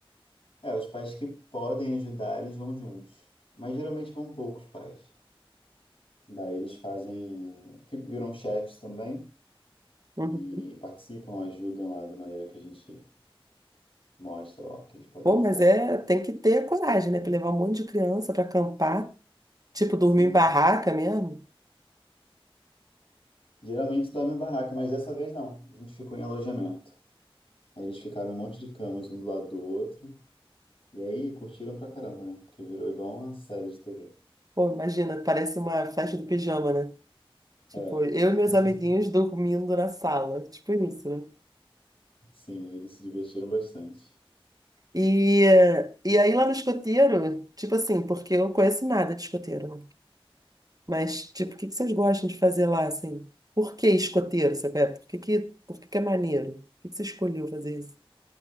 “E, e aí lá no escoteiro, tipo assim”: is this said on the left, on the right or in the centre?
Right